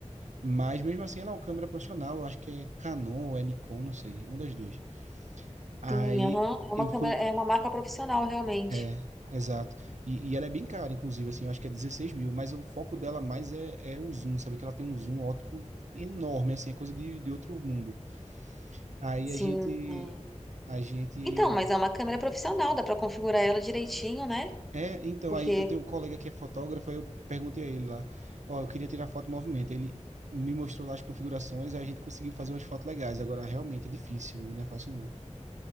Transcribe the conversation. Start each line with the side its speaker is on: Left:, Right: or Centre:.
Right: Mas mesmo assim, ela é uma câmera profissional, eu acho que é Canon ou é Nikon, não sei, um das duas. Aí
Centre: Sim, aham. É
Right: eu
Centre: uma
Right: fui,
Centre: câmera, é uma marca profissional, realmente.
Right: É, exato. E, e ela é bem cara, inclusive, assim, eu acho que é dezesseis mil, mas o foco dela mais é, é o zoom, sabe? Que ela tem um zoom óptico enorme, assim, é coisa de, de outro mundo. Aí
Centre: Sim.
Right: a gente,
Centre: é.
Right: a gente...
Centre: Então, mas é uma câmera profissional, dá pra configurar ela direitinho, né?
Right: É, então,
Centre: Porque
Right: aí eu tenho um colega que é fotógrafo, aí eu perguntei a ele lá, ó, eu queria tirar foto em movimento, aí ele me mostrou lá as configurações, aí a gente conseguiu fazer umas fotos legais, agora realmente é difícil, viu? não é fácil não.